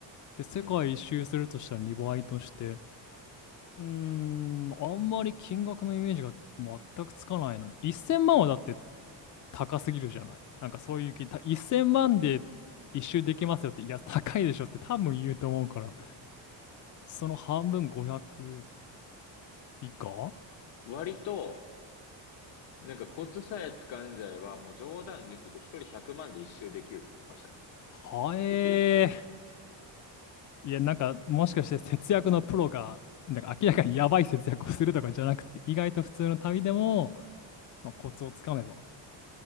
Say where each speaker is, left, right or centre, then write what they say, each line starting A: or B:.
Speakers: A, on the left; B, on the left.
A: で、世界一周するとしたら2倍として、
B: うん。
A: うーん、あんまり金額のイメージが全くつかないので、1000万はだって高すぎるじゃない。なんかそういう気、た1000万で一周できますよって、いや、高いでしょって多分言うと思うから、その半分500以下
B: 割と、なんかコツさえ掴んじゃえば、もう冗談抜きで一人100万で一周できるって言ってましたね。
A: はえー。
B: できる人は。
A: いや、なんか、もしかして節約のプロが、なんか明らかにやばい節約をするとかじゃなくて、意外と普通の旅でも、まあ、コツをつかめば。